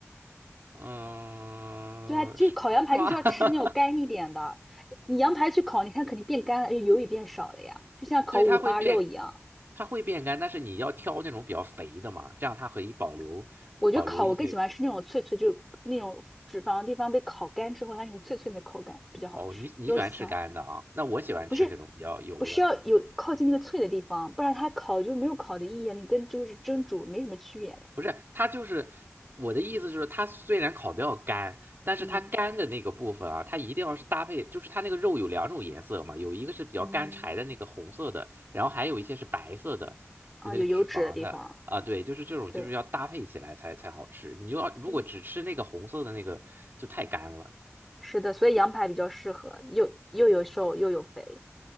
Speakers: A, on the right (about 45°); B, in the centre.
A: 嗯、
B: 对啊，就是烤羊排就是要吃那种干一点的，
A: 呃是是吗？<laughs>
B: 你羊排去烤，你看肯定变干了，而且油也变少了呀，就像烤五花肉一样。
A: 对，它会变，它会变干，但是你要挑那种比较肥的嘛，这样它可以保留保留一些。
B: 我觉得烤我更喜欢吃那种脆脆，就那种脂肪的地方被烤干之后，它那种脆脆的口感比较好吃，
A: 哦，你你喜欢吃干的啊？
B: 又香。
A: 那我喜欢吃这种比较油的。
B: 不是，不是要有靠近那个脆的地方，不然它烤就没有烤的意义啊你跟就是蒸煮没什么区别嘞。
A: 不是，它就是我的意思，就是它虽然烤的要干，但是它干的那个部分啊，
B: 嗯
A: 它一定要是搭配，就是它那个肉有两种颜色嘛，有一个是比较干柴的那个红色的，
B: 嗯，
A: 然后还有一些是白色的，
B: 啊，
A: 就那个脂肪的啊，
B: 有油脂的地方，
A: 对，就是这种就是要搭配起来才才好吃。
B: 对
A: 你就要如果只吃那个红色的那个就太干了。
B: 对，是的，所以羊排比较适合，又又有瘦又有肥，